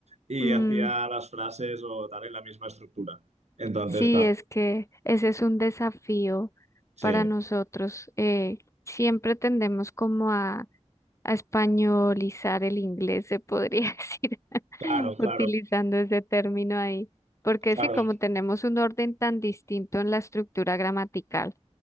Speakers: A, on the right (about 65°); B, on the left (about 25°).
A: y
B: Mm,
A: hacía las frases o tal en la misma estructura. Entonces,
B: sí,
A: claro,
B: es que ese es un desafío
A: sí,
B: para nosotros. eh, siempre tendemos como a a españolizar el inglés, se podría <laughs> decir,
A: claro, claro,
B: utilizando ese término ahí, porque
A: claro.
B: sí, como tenemos un orden tan distinto en la estructura gramatical,